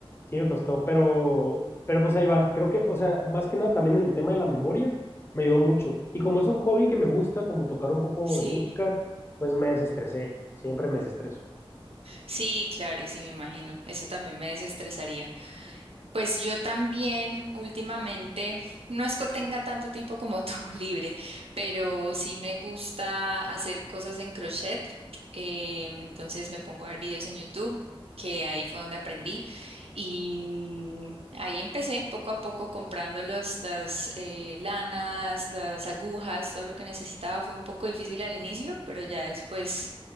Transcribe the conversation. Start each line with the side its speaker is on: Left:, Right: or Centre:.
Left: sí me costó, pero, pero pues ahí va. Creo que, o sea, más que nada también en el tema de la memoria me ayudó mucho. Y como es un hobby que me gusta, como tocar un poco
Right: Sí,
Left: de música, pues me desestresé, siempre me desestreso.
Right: sí, claro, sí, me imagino. Eso también me desestresaría. Pues yo también últimamente, no es que tenga tanto tiempo como tú <laughs> libre, pero sí me gusta hacer cosas en crochet. Em, entonces me pongo a ver videos en YouTube, que ahí fue donde aprendí. Y ahí empecé poco a poco comprando los, las eh, lanas, las agujas, todo lo que necesitaba. Fue un poco difícil al inicio, pero ya después